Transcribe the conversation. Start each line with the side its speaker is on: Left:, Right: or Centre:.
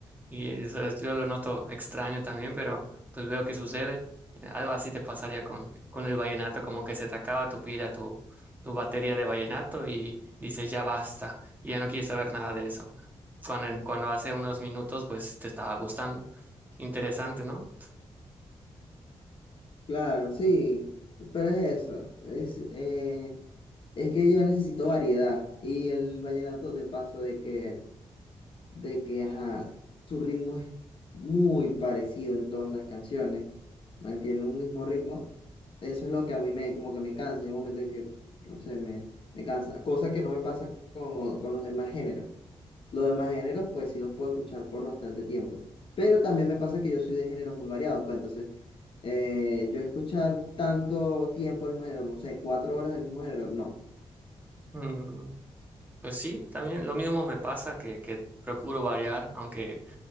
Right: Y eso es- yo lo noto extraño también, pero pues veo que sucede. Eh, Algo así te pasaría con, con el vallenato, como que se te acaba tu pila, tu, tu batería de vallenato y dices ya basta, y ya no quieres saber nada de eso. Cuando, en- cuando hace unos minutos pues te estaba gustando. Interesante, ¿no?
Left: Claro, sí, pero es eso. Es, eh, es que yo necesito variedad. Y el vallenato, de paso, de que de que, ajá, su ritmo es muy parecido en todas las canciones, mantiene un mismo ritmo. Eso es lo que a mí me, como que me cansa, llega un momento en que, no sé, me, me cansa, cosa que no me pasa con, con los demás géneros. Los demás géneros, pues sí los puedo escuchar por bastante tiempo, pero también me pasa que yo soy de géneros muy variados, pues entonces, eh, yo escuchar tanto tiempo el mismo género, no sé, cuatro horas del mismo género, no.
Right: Mm, pues sí, también lo mismo me pasa que, que procuro variar, aunque